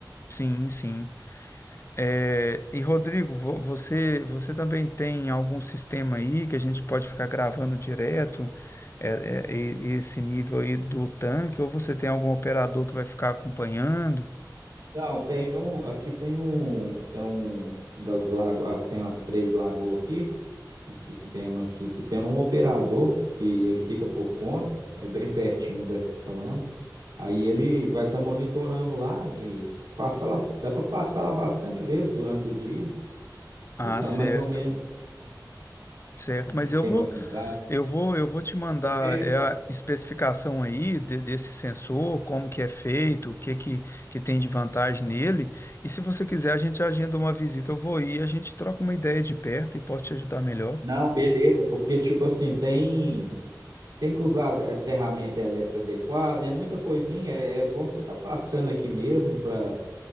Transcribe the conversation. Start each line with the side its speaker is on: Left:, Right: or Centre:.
Left: Sim, sim. É, e Rodrigo, vo- você, você também tem algum sistema aí que a gente pode ficar gravando direto é, é, e- esse nível aí do tanque, ou você tem algum operador que vai ficar acompanhando?
Right: Não, tem um, aqui tem um, tem um das lago, ah, tem as três lagoas aqui, um sistema aqui que tem um operador que ele fica por conta, é bem pertinho dessa lama. Aí ele vai estar monitorando lá de passa lá, dá para passar lá bastante vezes durante o dia,
Left: Ah,
Right: já está
Left: certo,
Right: mais ou menos
Left: certo. Mas
Right: esquematizado.
Left: eu vou Eu vou, eu vou te mandar
Right: Porque
Left: é, a especificação aí de- desse sensor, como que é feito, o que que, que tem de vantagem nele. E se você quiser, a gente agenda uma visita, eu vou ir, a gente troca uma ideia de perto e posso te ajudar melhor.
Right: não, beleza, porque tipo assim, tem tem que usar eh, ferramenta elétrica adequada, é muita coisinha, é, é bom você estar passando aqui mesmo para